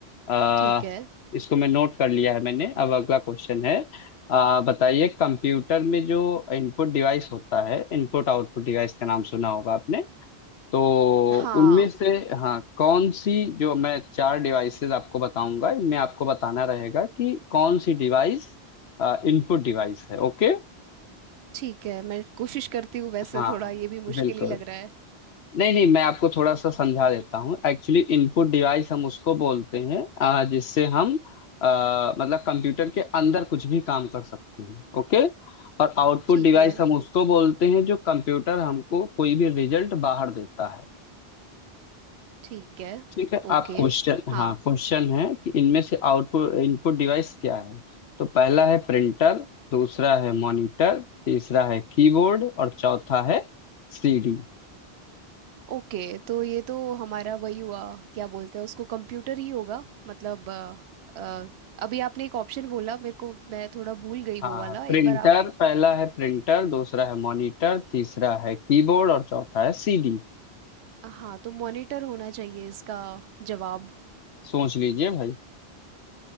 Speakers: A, on the left; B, on the right.
A: अ,
B: ठीक है
A: इसको मैं नोट कर लिया है मैंने अब अगला क्वेश्चन है अ, बताइए कंप्यूटर में जो इनपुट डिवाइस होता है इनपुट आउटपुट डिवाइस का नाम सुना होगा आपने तो
B: हाँ
A: उनमें से हाँ कौन सी जो मैं चार डिवाइसेस आपको बताऊंगा इनमें आपको बताना रहेगा कि कौन सी डिवाइस इनपुट डिवाइस है ओके
B: ठीक है मैं कोशिश करती हूँ वैसे
A: हाँ
B: थोड़ा ये भी मुश्किल
A: बिल्कुल
B: ही लग रहा है
A: नहीं नहीं मैं आपको थोड़ा सा समझा देता हूँ एक्चुअली इनपुट डिवाइस हम उसको बोलते हैं अ, जिससे हम अ, मतलब कंप्यूटर के अंदर कुछ भी काम कर सकते हैं ओके और आउटपुट
B: ठीक
A: डिवाइस
B: है
A: हम उसको बोलते हैं जो कंप्यूटर हमको कोई भी रिजल्ट बाहर देता है
B: ठीक है
A: ठीक है
B: ओके
A: आप क्वेश्चन
B: हाँ
A: हाँ क्वेश्चन है कि इनमें से आउटपुट इनपुट डिवाइस क्या है तो पहला है प्रिंटर दूसरा है मॉनिटर तीसरा है कीबोर्ड और चौथा है सीडी
B: ओके तो ये तो हमारा वही हुआ क्या बोलते हैं उसको कंप्यूटर ही होगा मतलब अ, अ, अभी आपने एक ऑप्शन बोला मेरे को मैं थोड़ा भूल गई
A: हाँ
B: वो वाला एक
A: प्रिंटर
B: बार आप
A: पहला है प्रिंटर दूसरा है मॉनिटर तीसरा है कीबोर्ड और चौथा है सीडी
B: हाँ तो मॉनिटर होना चाहिए इसका जवाब
A: सोच लीजिए भाई